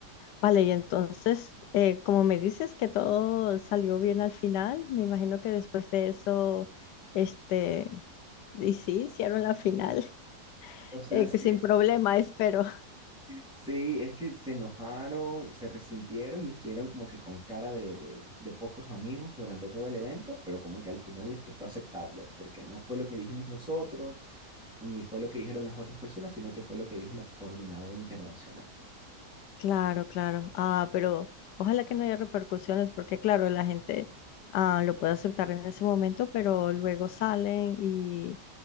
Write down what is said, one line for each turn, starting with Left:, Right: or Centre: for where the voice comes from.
Left: Vale, y entonces, eh, como me dices que todo salió bien al final, me imagino que después de eso, este, y sí, hicieron la final, <laughs>
Centre: O sea,
Left: eh,
Centre: sí,
Left: que sin problema, espero.
Centre: sí, es que se enojaron, se resintieron y estuvieron como que con cara de, de, de pocos amigos durante todo el evento, pero como que al final les tocó aceptarlo, porque no fue lo que dijimos nosotros, ni fue lo que dijeron las otras personas, sino que fue lo que dijo la coordinadora internacional.
Left: Claro, claro. Ah, pero ojalá que no haya repercusiones, porque claro, la gente ah, lo puede aceptar en ese momento, pero luego salen y